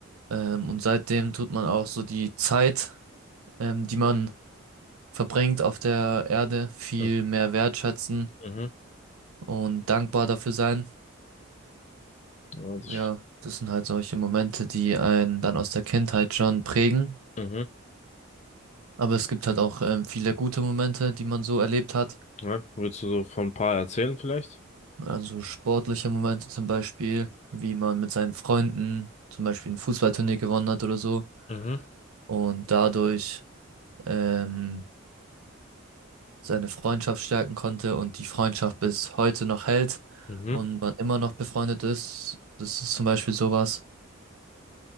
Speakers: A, on the right; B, on the left.
A: Ähm, und seitdem tut man auch so die Zeit, ähm, die man verbringt auf der Erde, viel
B: mhm,
A: mehr wertschätzen
B: mhm,
A: und dankbar dafür sein.
B: ja, das, st-
A: Ja, das sind halt solche Momente, die einen dann aus der Kindheit schon prägen.
B: mhm,
A: Aber es gibt halt auch ähm, viele gute Momente, die man so erlebt hat.
B: ja. Willst du so von ein paar erzählen vielleicht?
A: Also sportliche Momente zum Beispiel, wie man mit seinen Freunden zum Beispiel ein Fußballturnier gewonnen hat oder so
B: Mhm,
A: und dadurch ähm, seine Freundschaft stärken konnte und die Freundschaft bis heute noch hält
B: mhm,
A: und man immer noch befreundet ist. Das ist zum Beispiel sowas,